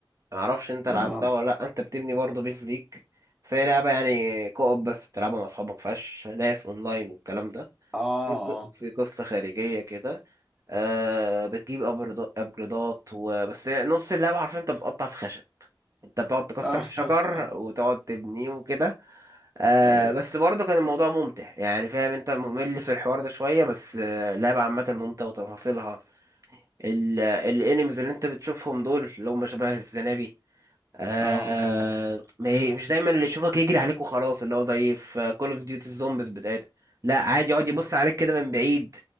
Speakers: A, on the right (about 40°); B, in the centre.
A: ما اعرفش انت
B: اه
A: لعبتها ولا لا انت بتبني برضه بيت ليك بس هي لعبه يعني كوب بس بتلعبها مع اصحابك ما فيهاش ناس اونلاين والكلام ده
B: اه
A: في ق- في قصة خارجية كده آه بتجيب أبرد- أبجريدات وبس نص اللعبة حرفيا أنت بتقطع في خشب أنت بتقعد تكسر
B: اه
A: في شجر
B: <laughs> اه
A: وتقعد تبنيه وكده آه
B: أيوة.
A: بس برضه كان الموضوع ممتع يعني فاهم أنت ممل في الحوار ده شوية بس آه لعبة عامة ممتعة وتفاصيلها ال- الانيمز اللي أنت بتشوفهم دول اللي هم شبه الزنابي آه
B: اه
A: ما هي- مش دايما اللي يشوفك يجري عليك وخلاص اللي هو زي في كول اوف ديوتي الزومبيز بتاعتها لا عادي يقعد يبص عليك كده من بعيد